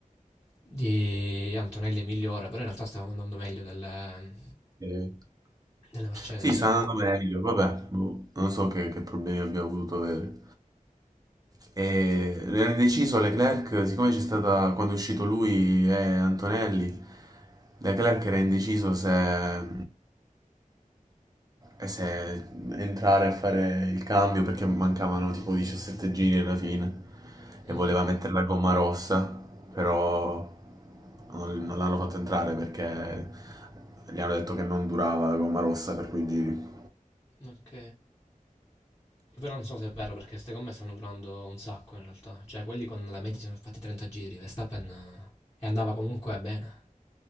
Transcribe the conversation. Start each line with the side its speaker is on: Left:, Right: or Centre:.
Left: di Antonelli è migliore, però in realtà stavamo andando meglio delle,
Right: Sì.
Left: delle Mercedes.
Right: Sì, sta andando meglio, vabbè, boh, non so che, che problemi abbiamo potuto avere. E era deciso Leclerc, siccome c'è stata, quando è uscito lui e Antonelli, Leclerc era indeciso se, e se entrare a fare il cambio perché mancavano tipo 17 giri alla fine
Left: Mm,
Right: e voleva mettere la gomma rossa, però non, non l'hanno fatto entrare perché gli hanno detto che non durava la gomma rossa per quei giri.
Left: ok. Che poi non so se è vero perché queste gomme stanno durando un sacco in realtà. Cioè, quelli con la media si sono fatti 30 giri. Verstappen eh, e andava comunque bene.